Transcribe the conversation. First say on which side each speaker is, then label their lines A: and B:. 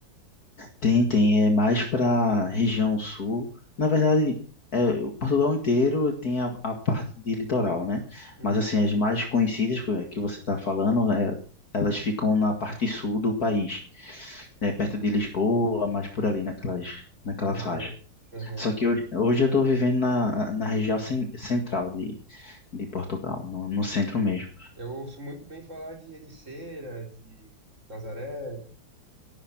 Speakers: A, on the left (about 50°); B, on the right (about 40°).
A: tem, tem, é mais para região sul. Na verdade, é, o Portugal inteiro tem a, a parte de litoral, né?
B: Uhum,
A: Mas assim, as mais conhecidas que que você está falando, é, elas ficam na parte sul do país, né? Perto de Lisboa, mais por ali, naquelas, naquela faixa.
B: aham, aham.
A: Só que hoje, hoje eu estou vivendo na, na região cen- central de, de Portugal, no, no centro mesmo.
B: Eu ouço muito bem falar de Ericeira, de Nazaré.